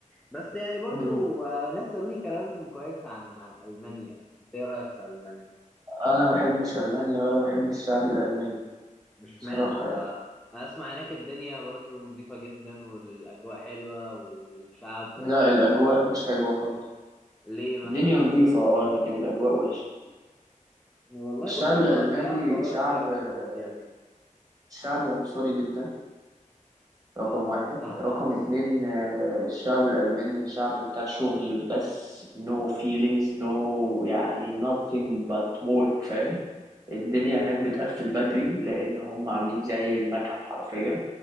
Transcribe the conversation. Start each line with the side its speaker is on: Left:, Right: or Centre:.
Centre: بس يعني برضو
Right: مم.
Centre: آه، ناس قالوا لي كلام كويس عن عن المانيا انت ايه رايك في المانيا
Right: انا ما بحبش المانيا ولا بحب الشعب الالماني
Centre: مش
Right: بصراحة
Centre: معنى
Right: يعني
Centre: ده انا اسمع هناك الدنيا برضو نظيفه جدا والاجواء حلوه والشعب آه،
Right: لا الاجواء مش حلوة خالص
Centre: ليه مثلا
Right: الدنيا نظيفة اه لكن الاجواء وحشة
Centre: والله
Right: الشعب
Centre: بص انا
Right: الالماني
Centre: ما- الصراحه ما دورتش
Right: شعب
Centre: قوي
Right: آه،
Centre: في المواضيع دي
Right: شعب عنصري جدا رقم
Centre: اه
Right: واحد
Centre: الصراحه
Right: رقم اتنين آه، الشعب الألماني شعب بتاع شغل بس no feelings no يعني nothing but work فاهم الدنيا هناك بتقفل بدري لأن هم عاملين زي المكن حرفيا